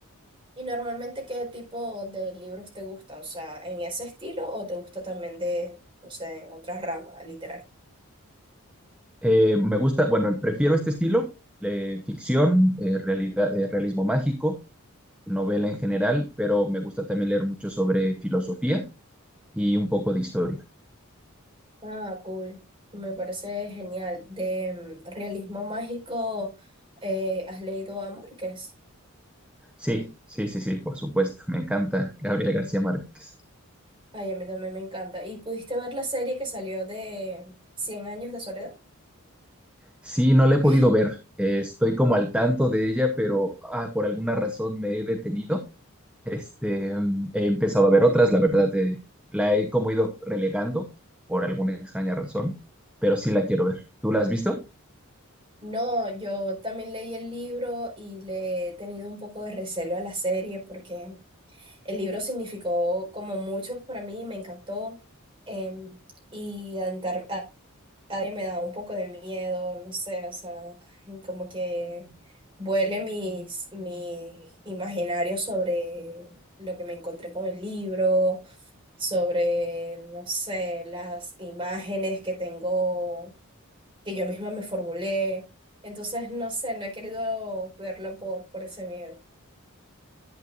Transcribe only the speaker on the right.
¿Y normalmente qué tipo de libros te gusta? O sea, ¿en ese estilo o te gusta también de, no sé, en otra rama literaria?
Ah, cool. Me parece genial. De mm, realismo mágico, eh, ¿has leído a Márquez?
Ay, a mí también me encanta. ¿Y pudiste ver la serie que salió de Cien años de soledad?
<clears throat>
No, yo también leí el libro y le he tenido un poco de recelo a la serie porque el libro significó como mucho para mí, me encantó em, y andar, a- a- me da un poco de miedo, no sé, o sea, como que vuele mis, mis imaginarios sobre lo que me encontré con el libro, sobre, no sé, las imágenes que tengo que yo misma me formulé. Entonces, no sé, no he querido verla por, por ese miedo.